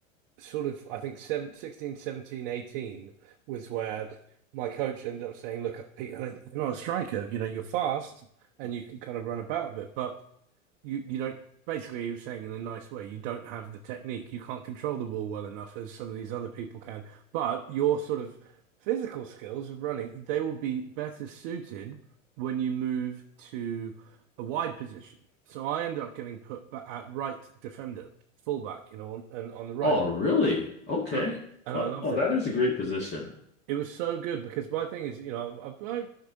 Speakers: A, on the right (about 45°); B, on the left (about 25°).
A: sort of I think seven sixteen seventeen eighteen was where my coach ended up saying, "Look, Pete, I don't- think you're not a striker. You know, you're fast and you can kind of run about a bit, but." you you don't basically he was saying in a nice way you don't have the technique you can't control the ball well enough as some of these other people can but your sort of physical skills of running they will be better suited when you move to a wide position so I end up getting put back at right defender fullback you know on, and on the right
B: Oh, really? Okay.
A: and I, and
B: Oh,
A: I loved
B: oh,
A: it
B: that is a great position.
A: it was so good because my thing is, you know, I,